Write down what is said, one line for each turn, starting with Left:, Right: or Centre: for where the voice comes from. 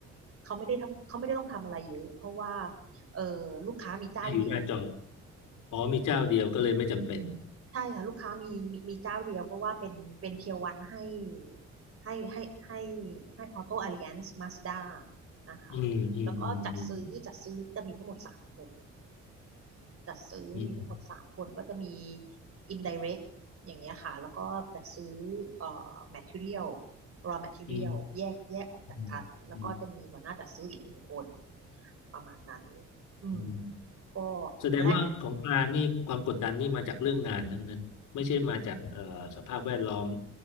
Right: เขาไม่ได้ทั้งเขาไม่ได้ต้องทำอะไรเยอะเพราะว่าเออลูกค้ามีเจ้าเดียว
Left: ให้อยู่หน้าจออ๋อมีเจ้าเดียวก็เลยไม่จำเป็น
Right: ใช่ค่ะลูกค้ามีมีมีเจ้าเดียวเพราะว่าเป็นเป็นเทียร์วันให้ให้ให้ให้ให้ออโต้ a อ l i แอนซ์มาสด้านะคะแล้วก็จัดซื้อจัดซื้อจะมีทั้งหมดสามคน
Left: อืมอืมอืมอืม
Right: จัดซื้อมีทั้งหมดสามคนก็จะมี
Left: อืม
Right: indirect อย่างเงี้ยค่ะแล้วก็จัดซื้อเอ่อ material raw material
Left: อืม
Right: แยกแยกออกจากกันแล้วก็จะมีหัวหน้าจัดซื้ออีกหนึ่งคน
Left: อืมอืม
Right: ประมาณนั้นอืม
Left: อืม
Right: ก็
Left: แสดงว่าของปลานี่ความกดดันนี่มาจากเรื่องงานทั้งนั้นไม่ใช่มาจากเอ่อสภาพแวดล้อม
Right: ตอนแรก